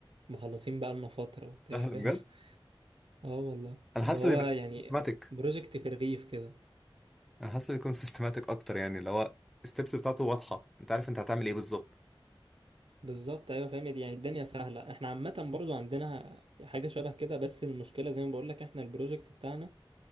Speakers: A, on the right; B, in the centre.
A: مخلصين بقى لنا فتره وبتاع
B: لا هلا
A: فاهم
B: بجد
A: <laughs> اه والله
B: انا حاسه
A: اللي هو
B: بيبقى
A: يعني
B: سيستماتيك
A: بروجكت في الرغيف كده
B: انا حاسه بيكون سيستماتيك اكتر يعني اللي هو الستبس بتاعته واضحه انت عارف انت هتعمل ايه بالظبط
A: بالظبط ايوه فاهم يعني الدنيا سهله احنا عامه برضو عندنا حاجه شبه كده بس المشكله زي ما بقول لك احنا البروجكت بتاعنا